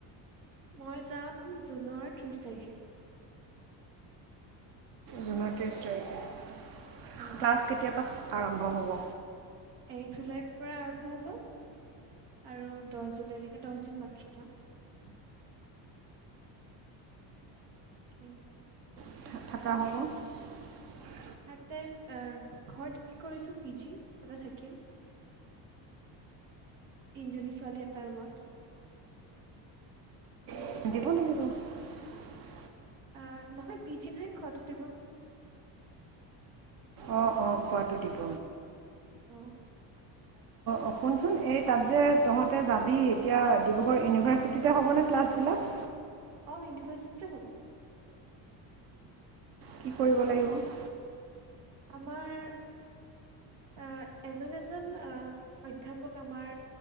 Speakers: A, on the right; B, on the right.
A: মই যাম জুনৰ ত্ৰিশ তাৰিখে।
B: জুনৰ এিশ তাৰিখে। ক্লাছ
A: অ
B: কেতিয়াৰ পৰা আৰম্ভ হব?
A: এক জুলাইৰ পৰা আৰম্ভ হব, আৰু দহ জুলাইলৈকে দহ দিন মান <unintelligible> <unintelligible>
B: <unintelligible>
A: তাতে অ', ঘৰত কি কৰিছো পি জি তাতে থাকিম। তিনজনী ছোৱালী এটা ৰুমত।
B: <unintelligible>
A: অ', নহয় পি জি নহয় খোৱাটো দিব।
B: অ', অ', খোৱাতটো দিব।
A: অ'।
B: অ', শুনচোন এই তাত যে তহঁতে যাবি এতিয়া ডিব্ৰুগড় ইউনিভাৰ্চিটিতে হ'বনে ক্লাছবিলাক?
A: অ', ইউনিভাৰ্চিটিতে হ'ব।
B: কি কৰিব লাগিব?
A: আমাৰ অ', এজন এজন অ', অধ্যাপক আমাৰ